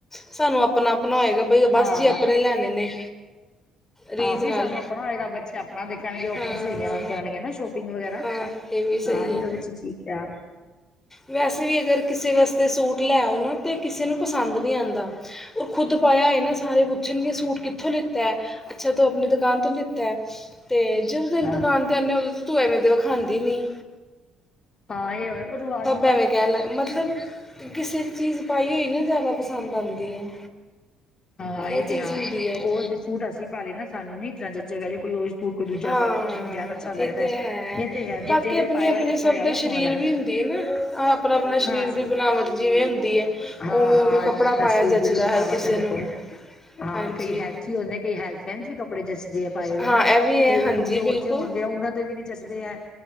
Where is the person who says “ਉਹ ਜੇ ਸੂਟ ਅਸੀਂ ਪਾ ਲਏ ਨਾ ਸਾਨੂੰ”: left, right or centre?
Left